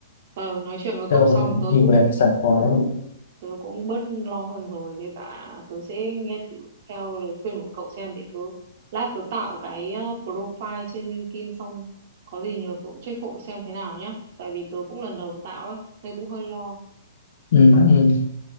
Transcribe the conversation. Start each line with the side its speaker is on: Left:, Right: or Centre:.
Right: ờ, nói chuyện với cậu
Left: đâu
Right: xong tớ
Left: đi
Right: cũng
Left: về là sảng khoái
Right: tớ cũng bớt lo hơn rồi với cả tớ sẽ nghe thử theo lời khuyên của cậu xem để tớ lát tớ tạo cái ờ, profile trên LinkedIn xong có gì nhờ cậu check hộ xem thế nào nhá tại vì tớ cũng lần đầu tạo ấy nên cũng hơi lo
Left: ừ, ừ.